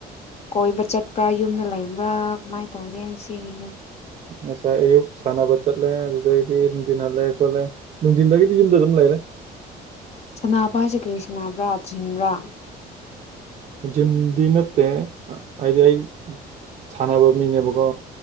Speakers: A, on the left; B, on the right.
A: ꯀꯣꯏꯕ ꯆꯠ ꯄꯨꯔꯥ ꯌꯨꯝꯅ ꯂꯩꯕ꯭ꯔꯥ ꯀꯃꯥꯏꯅ ꯇꯧꯒꯦ ꯉꯥꯁꯤꯒꯤ
B: ꯉꯁꯥꯏ ꯑꯌꯨꯛ ꯁꯥꯟꯅꯕ ꯆꯠꯂꯦ ꯑꯗꯨꯗꯩꯗꯤ ꯅꯨꯡꯗꯤꯟ ꯍꯜꯂꯦ ꯈꯣꯠꯂꯦ ꯅꯨꯡꯗꯤꯟꯗꯒꯤꯗꯤ ꯌꯨꯝꯗ ꯑꯗꯨꯝ ꯂꯩꯔꯦ
A: ꯁꯅꯕ ꯍꯥꯏꯁꯦ ꯀꯔꯤ ꯁꯅꯕ꯭ꯔꯥ ꯖꯤꯝꯔꯥ
B: ꯖꯤꯝꯗꯤ ꯅꯠꯇꯦ ꯍꯥꯏꯗꯤ ꯑꯩ ꯁꯥꯟꯅꯕ ꯃꯤꯅꯦꯕꯀꯣ